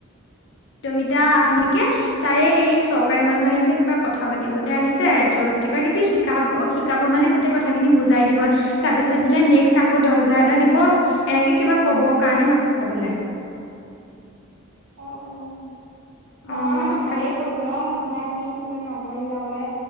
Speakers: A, on the left; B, on the right.
A: উদ্যমিতা আঁচনিক নেকি, তাৰে হেৰি চৰকাৰী
B: হয়,
A: মানুহ আহিছে। কিবা কথা পাতিবলৈ আহিছে। ত কিবা কিবি শিকাব -শিকাব মানে গোটেই কথাখিনি বুজাই দিব। তাৰপিছত বোলে, নেক্সট আকৌ দহ হাজাৰ এটা দিব। এনেকে কিবা কবৰ কাৰণে মাতি বোলে।
B: অ', অ',, চৰকাৰে
A: অ',
B: টো ভালেই
A: তাকে
B: কৰিছে। জনৰ মহিলা খিনিক মানে, আগবাঢ়ি যাবলৈ